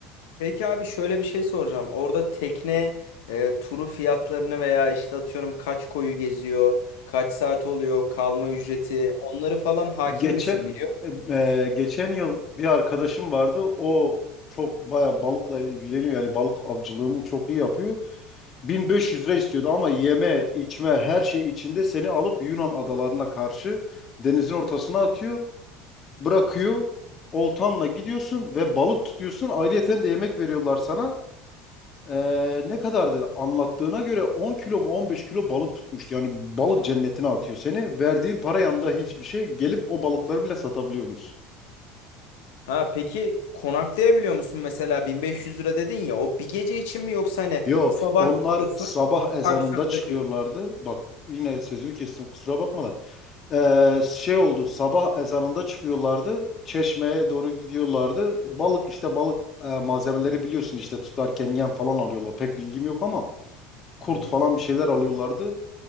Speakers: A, on the left; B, on the left.
A: Peki abi şöyle bir şey soracağım. Orada tekne e, turu fiyatlarını veya işte atıyorum kaç koyu geziyor, kaç saat oluyor, kalma ücreti onları falan hakim
B: Geçen
A: misin biliyor musun?
B: e, e, geçen yıl bir arkadaşım vardı. O çok baya balıkla ilgileniyor. Yani balık avcılığını çok iyi yapıyor. 1500 lira istiyordu ama yeme, içme her şey içinde seni alıp Yunan adalarına karşı denizin ortasına atıyor, bırakıyor. Oltanla gidiyorsun ve balık tutuyorsun. Ayrıyeten de yemek veriyorlar sana. Ee, ne kadardı? Anlattığına göre 10 kilo mu 15 kilo balık tutmuş, Yani balık cennetine atıyor seni. Verdiğin para yanında hiçbir şey gelip o balıkları bile satabiliyormuş.
A: Ha peki konaklayabiliyor musun mesela 1500 lira dedin ya o bir gece için mi yoksa hani
B: Yo,
A: sabah
B: onlar
A: çıkıyorsun
B: sabah ezanında
A: Akşam
B: çıkıyorlardı.
A: dönüyorsun.
B: Bak yine sözünü kestim kusura bakma da. Ee, şey oldu sabah ezanında çıkıyorlardı. Çeşmeye doğru gidiyorlardı. Balık işte balık e, malzemeleri biliyorsun işte tutarken yem falan alıyorlar. Pek bilgim yok ama kurt
A: Hı hı.
B: falan bir şeyler alıyorlardı.